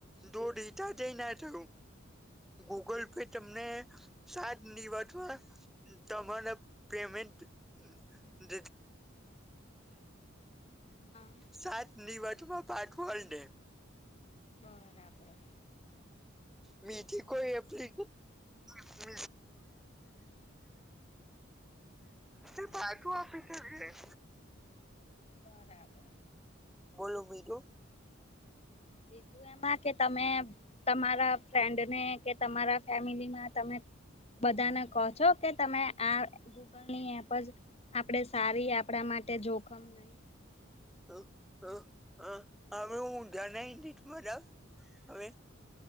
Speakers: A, in the centre; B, on the left.
A: દો દિજા જઈના તો ગૂગલ પે તમને સાત નિવાતવા. તમાને પેમેન્ટ <unintelligible>
B: હા
A: સાત નિની વટમાં પાઠવળને
B: બરાબર.
A: મીથી કોઈ એપને <unintelligible> તે, તે પાકું આપે તો લઈ.
B: બરાબર.
A: બોલો બીજું
B: બીજું એમાં કે તમે તમારા ફ્રેન્ડને કે તમારા ફેમિલીમાં તમે બધાને કહો છો કે, તમે આ ગૂગલની એપ જ આપણેે સારી આપણા માટે જોખમ નહી.
A: હ હ હ. હમે હું જણ નરા હવે.